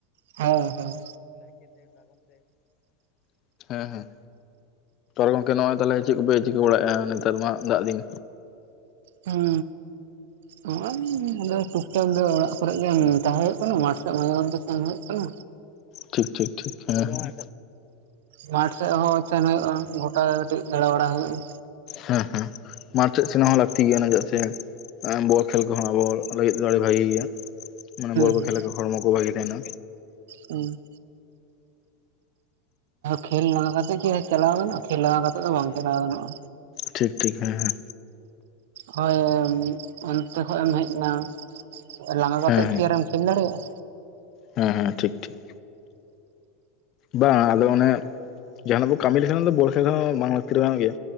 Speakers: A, on the right; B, on the left.
A: ᱦᱮᱸ ᱦᱮᱸ
B: <inaudible> ᱦᱮᱸ ᱦᱮᱸ <unintelligible> ᱜᱚᱝᱠᱮ ᱱᱚᱜᱼᱚᱭ ᱛᱟᱦᱚᱞᱮ ᱪᱮᱫ ᱠᱚᱯᱮ ᱪᱤᱠᱟᱹ ᱵᱟᱲᱟᱭᱮᱫᱼᱟ ᱱᱮᱛᱟᱨ ᱢᱟ ᱫᱟᱜ ᱫᱤᱱ
A: ᱦᱮᱸ ᱱᱚᱜ-ᱚᱭ ᱢᱟᱱᱮ ᱴᱩᱠᱴᱟᱜ ᱜᱮ ᱚᱲᱟᱜ ᱛᱚᱨᱯᱚᱨᱮ ᱜᱮ ᱛᱟᱦᱮ ᱦᱩᱭᱩᱜ ᱠᱟᱱᱟ᱾ ᱠᱟᱴᱷᱟ ᱥᱮᱜ ᱢᱟᱡᱷᱮ ᱢᱚᱫᱫᱷᱮ ᱥᱮᱱ ᱦᱩᱭᱩᱜ ᱠᱟᱱᱟ᱾
B: ᱴᱷᱤᱠ ᱴᱷᱤᱠ ᱴᱷᱤᱠ ᱦᱮᱸ ᱦᱮᱸ
A: ᱢᱟᱴᱷ ᱥᱮᱫ ᱦᱚᱸ ᱥᱮᱱ ᱦᱩᱭᱩᱜᱼᱟ ᱾ᱜᱚᱰᱟ ᱠᱟᱹᱴᱤᱡ ᱫᱟᱬᱟ ᱵᱟᱲᱟ ᱦᱩᱭᱩᱜᱼᱟ᱾
B: ᱦᱮᱸ ᱦᱮᱸ ᱢᱟᱴᱷ ᱥᱮᱫ ᱥᱮᱱ ᱦᱚᱸ ᱞᱟᱹᱠᱛᱤ ᱜᱮᱭᱟ ᱪᱮᱫᱟᱜ ᱥᱮ ᱵᱚᱞ ᱠᱷᱮᱞ ᱠᱚᱦᱚᱸ ᱟᱵᱚ ᱞᱟᱹᱜᱤᱫ ᱫᱚ ᱟᱹᱰᱤ ᱵᱷᱟᱜᱤ ᱜᱮᱭᱟ, ᱢᱟᱱᱮ ᱵᱚᱞ ᱠᱚ
A: ᱦᱩᱸ
B: ᱠᱷᱮᱞ ᱞᱮᱠᱷᱟᱱ ᱦᱚᱲᱢᱚ ᱠᱚ ᱵᱷᱟᱜᱮ ᱛᱟᱦᱮᱸᱱᱟ᱾
A: ᱦᱩᱸ ᱠᱷᱮᱞ ᱞᱟᱸ ᱠᱟᱛᱮ ᱜᱮ ᱪᱟᱞᱟᱣ ᱜᱟᱱᱚᱜᱼᱟ ᱠᱷᱮᱞᱟ ᱠᱟᱛᱮ ᱫᱚ ᱵᱟᱝ ᱪᱟᱞᱟᱣ ᱜᱟᱱᱚᱜᱼᱟ
B: ᱴᱷᱤᱠ ᱴᱷᱤᱠ ᱦᱮᱸ ᱦᱮᱸ
A: ᱦᱳᱭ ᱚᱱᱛᱮ ᱠᱷᱚᱡ ᱮᱢ ᱦᱮᱡ ᱱᱟ, ᱞᱟᱸᱜᱟ ᱠᱟᱛᱮᱜ
B: ᱦᱮᱸ
A: ᱠᱤ ᱟᱨ ᱮᱢ ᱠᱷᱮᱞ ᱫᱟᱲᱮᱭᱟᱜᱼᱟ᱾
B: ᱦᱮᱸ ᱦᱮᱸ ᱴᱷᱤᱠ ᱴᱷᱤᱠ ᱵᱟᱝ ᱟᱫᱚ ᱚᱱᱮ ᱡᱟᱦᱟᱱᱟᱜ ᱵᱚ ᱠᱟᱹᱢᱤ ᱞᱮᱠᱷᱟᱱ ᱵᱚᱞ ᱠᱷᱮᱞᱦᱚᱸ ᱵᱟᱝ ᱞᱟᱠᱛᱤ ᱠᱟᱱ ᱜᱮᱭᱟ᱾